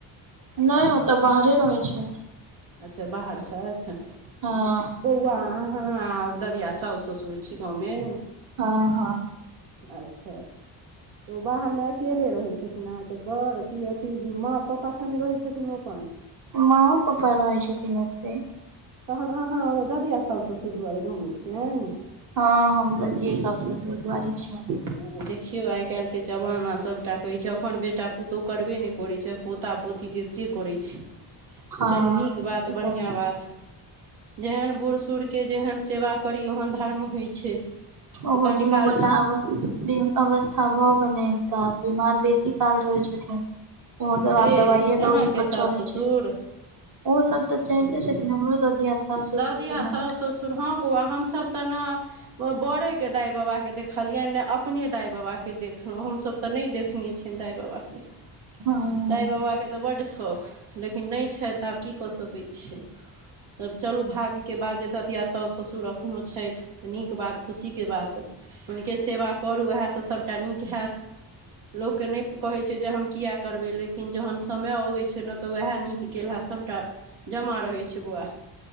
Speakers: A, on the right; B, on the right.
A: नहि ओ तऽ बाहरे रहै छथि
B: अच्छा बाहर छथि
A: हँ
B: बौआ अहाँ आ दरिया साउस ससुर छी गाँवमे
A: हँ हँ
B: अच्छा तऽ उ बाहरमे अकेले रहै छथिन अहाँके बड़ की अथी माँ पापा सने रहै छथिन अपन
A: माँओ पप्पा रहै छथिन अतै
B: तहन अहाँ ओ ददिया साउस ससुर दुआारे गाँवमे छियैन
A: हँ हम तऽ जियै साउस ससुर दुआरे छीयनि।
B: ओ देखियौ आइ काल्हिके जमाना सभटा कहैत छै अपन बेटा पुतहु करबे नहि करैत छै आ पोता पोता पोतिके के करै छै
A: हँ
B: चलू नीक
A: की
B: बात बढ़ियां
A: करबै
B: बात जेहन बूढ़ सूढ़ के जेहन सेवा करी ओहन धर्म होइ छै
A: ओहो
B: ओकर
A: दुनू
B: निकाल
A: गोटा आब अवस्था भऽ गेलनि तऽ आब बिमार बेसी काल रहै छथिन ओ सब
B: के
A: आब दबाइए
B: अहाँके
A: दौरी पर
B: साउस
A: चलै
B: ससुर
A: छैथ ओ सब तऽ चलिते छथिन हमरो ददिया साउस
B: ददिया
A: ससुर दुनू
B: साउस
A: गोटा
B: ससुर हँ बौआ हम हमसब तऽ ने बड़े के दाय बाबा के देखलियनि ने अपने दाइ बाबा के देखलौं हम सभ तऽ नहि देखने छियनि दाइ बाबाके
A: हँ
B: दाइ बाबाके तऽ बड्ड शौख लेकिन नहि छथि तऽ आब की कऽ सकैत छियै तब चलू भाग्यके बात जे ददिया साउस ससुर एखनो छथि तऽ नीक बात खुशीके बात हुनके सेवा करू उएहसँ सभटा नीक हैत लोककेँ नहि कहैत छै जे हम किये करबै लेकिन जहन समय अबै छै ने तऽ वएह नीक केलहा सभटा जमा रहै छै वाह